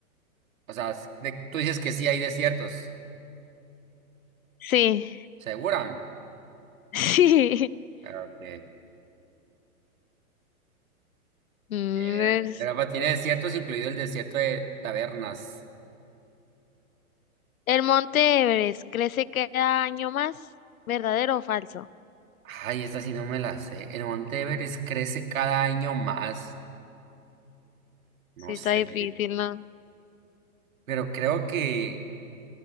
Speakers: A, on the right; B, on the left.
A: O sea, s- de- tú dices que sí hay desiertos.
B: Sí,
A: ¿Segura?
B: <laughs> sí.
A: Ah, Ok.
B: Mm,
A: Eh,
B: es-
A: Europa tiene desiertos, incluido el desierto de Tabernas.
B: El monte Everest crece cada año más. ¿Verdadero o falso?
A: Ay, esta sí no me la sé. El Monte Everest crece cada año más.
B: Sí,
A: No
B: está
A: sé.
B: difícil, ¿no?
A: Pero creo que